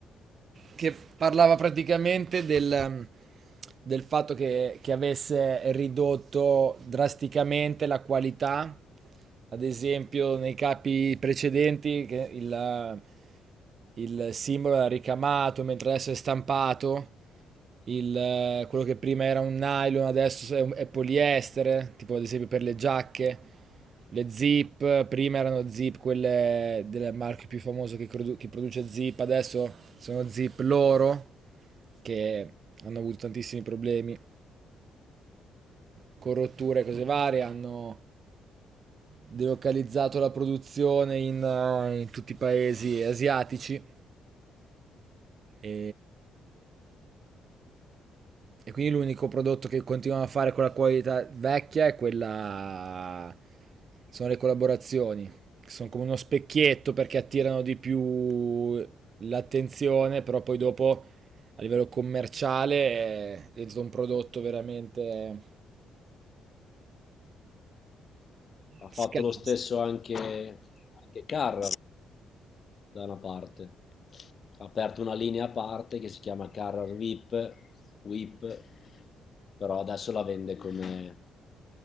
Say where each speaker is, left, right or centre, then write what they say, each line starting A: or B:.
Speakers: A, on the right; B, on the left.
A: che parlava praticamente del, um, del fatto che, che avesse ridotto drasticamente la qualità, ad esempio nei capi precedenti che il, uh, il simbolo era ricamato, mentre adesso è stampato, il, uh, quello che prima era un nylon adesso è, un- è poliestere, tipo ad esempio per le giacche. Le Zip, prima erano Zip quelle del marchio più famoso che, produ- che produce Zip, adesso sono Zip loro, che hanno avuto tantissimi problemi con rotture e cose varie, hanno delocalizzato la produzione in, eh, in tutti i paesi asiatici e E quindi l'unico prodotto che continuano a fare con la qualità vecchia è quella... sono le collaborazioni, che sono come uno specchietto perché attirano di più l'attenzione, però poi dopo a livello commerciale è diventato un prodotto veramente
B: Ha fatto
A: scarso.
B: lo stesso anche, anche Carrar da una parte. Ha aperto una linea a parte che si chiama Carrar VIP, WIP, però adesso la vende come...